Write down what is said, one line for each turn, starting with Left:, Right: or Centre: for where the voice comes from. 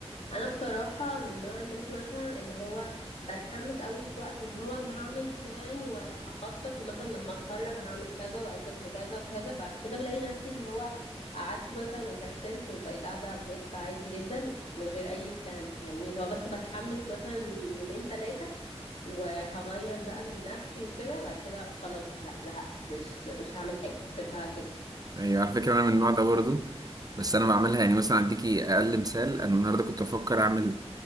Left: انا بصراحه من نوع الناس مثلا اللي هو بتحمس قوي في وقت واللي هو انا هعمل بلان وهخطط ومثلا لما اتخرج هعمل كذا واقدم في كذا وكذا بعد كده بلاقي نفسي اللي هو قعدت مثلا وكسلت وبقيت قاعده بروت عادي جدا من غير اي بلان فاهمني اللي هو بس بتحمس مثلا يومين ثلاثه وهغير بقى من نفسي وكده بعد كده خلاص لا زهقت مش مش هعمل حاجه هسيبها كده
Right: ايوه على فكرة انا من النوع ده برضو بس انا بعملها يعني مثلا اديكي اقل مثال انا النهارده كنت بفكر اعمل